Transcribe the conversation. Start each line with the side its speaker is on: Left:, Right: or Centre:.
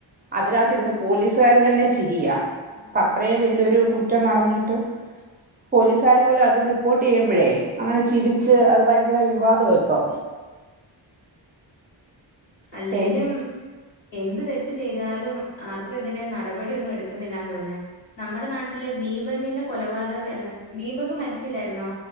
Right: അതിനാത്തിരുന്ന് പോലീസുകാര് തന്നെ ചിരിയാ പ്പ അത്രയും വല്യൊരു കുറ്റം നടന്നിട്ട് പോലീസുകാര് പോലും അത് റിപ്പോർട്ട് ചെയ്യുമ്പഴേ അങ്ങനെ ചിരിച്ച്
Left: ഉം
Right: അത് ഭയങ്കര വിവാ ദവാപ്പം
Left: അല്ലേലും
Right: പി-
Left: എന്ത് തെറ്റ് ചെയ്താലും ആർക്കുമെതിരെ നടപടിയൊന്നും എടുക്കുന്നില്ലാന്ന് തോൻന്ന് നമ്മടെ നാട്ടിലെ ദീപകിന്റെ കൊലപാതക ദീപക് മരിച്ചില്ലായിരുന്നോ?